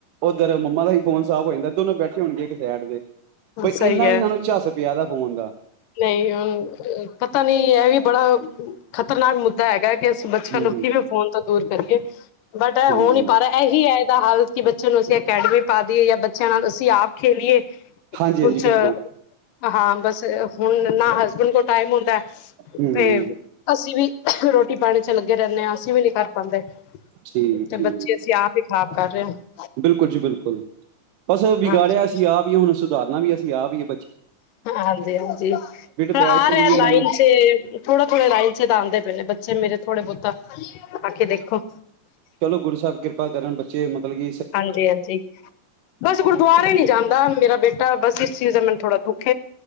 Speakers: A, on the right; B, on the left.
A: ਉਧਰ ਮੰਮਾ ਦਾ ਵੀ ਫੋਨ ਸਾਫ ਹੋ ਜਾਂਦਾ, ਦੋਨੋ ਬੈਠੇ ਹੋਣਗੇ ਇਕ ਸੇਡ ਤੇ, ਬ,
B: ਸਹੀ
A: ਇਨਾ
B: ਹੈ
A: ਇਹਨਾਂ ਨੂੰ ਝੱਸ ਪਿਆ ਇਹਦਾ ਫੋਨ ਦਾ,
B: ਨਹੀਂ ਹੁਣ ਪਤਾ ਨਹੀਂ ਇਹ ਵੀ ਬੜਾ ਖ਼ਤਰਨਾਕ, ਹੈਗਾ ਕਿ ਅਸੀਂ ਬੱਚਿਆਂ
A: ਹੂੰ
B: ਨੂੰ
A: ਹੂੰ
B: ਕਿਵੇਂ ਫੋਨ ਤੋਂ ਦੂਰ ਕਰੀਏ, ਬਟ ਇਹ
A: ਹਾਂਜੀ
B: ਹੋ ਨਹੀਂ
A: ਹਾਂਜੀ
B: ਪਾ ਰਿਹਾ। ਇਹੀ ਹੈ, ਇਹਦਾ ਹੱਲ ਕਿ ਬੱਚਿਆਂ ਨੂੰ ਅਸੀਂ ਅਕੈਡਮੀ ਪਾ ਦਈਏ, ਜਾਂ ਬੱਚਿਆਂ ਨਾਲ ਅਸੀਂ ਆਪ ਖੇਲੀਏ। ਕੁਛ
A: ਹਾਂਜੀ ਹਾਂਜੀ ਬਿਲਕੁਲ
B: ਹਾਂ ਬਸ ਹੁਣ ਨਾ ਹਸਬੈਂਡ ਕੋ ਟਾਈਮ ਹੁਦਾ
A: ਹੂੰ
B: ਤੇ ਅਸੀ ਵੀ ਰੋਟੀ ਪਾਣੀ 'ਚ ਲਗੇ ਰਹਿਦੇ ਹਾਂ, ਅਸੀ ਵੀ ਨੀ ਕਰ ਪਾਦੇ
A: ਠੀਕ
B: ਉਥੇ
A: ਠੀਕ
B: ਬੱਚੇ ਅਸੀ ਆਪ ਹੀ ਖਰਾਬ ਕਰ ਰਹੇ ਹਾਂ
A: ਬਿਲਕੁਲ ਜੀ ਬਿਲਕੁਲ ਬਸ ਵਿਗਾੜਿਆ
B: ਹਾਂਜੀ
A: ਅਸੀ ਆਪ ਹੀਏ ਹੁਣ ਸੁਧਾਰਨਾ ਵੀ ਅਸੀ ਆਪ ਹੀਏ
B: ਹਾਂਜੀ- ਹਾਂਜੀ ਹ
A: ਪੈ
B: ਆ
A: ਹੀ
B: ਰਿਹਾ
A: ਗਈ ਇਹਨਾਂ
B: ਲਾਈਨ
A: ਨੂੰ
B: 'ਚ ਥੋੜੇ- ਥੋੜੇ ਲਾਈਨ 'ਚ ਤਾਂ ਆਉਦੇ ਪਏਦੇ ਬੱਚੇ ਮੇਰੇ ਥੋੜੇ ਬਹੁਤਾ ਆ ਕੇ ਦੇਖੋ
A: ਗੁਰ ਸਾਹਿਬ ਕਿਰਪਾ ਕਰਨ ਬ ਮਤਲਬ ਕੀ
B: ਹਾਂਜੀ-ਹਾਂਜੀ। ਬਸ ਗੁਰਦੁਆਰੇ ਹੀ ਨਹੀਂ ਜਾਦਾ, ਮੇਰਾ ਬੇਟਾ ਬਸ ਇਸ ਚੀਜ਼ ਦਾ ਮੈਨੂੰ ਥੋੜਾ ਦੁੱਖ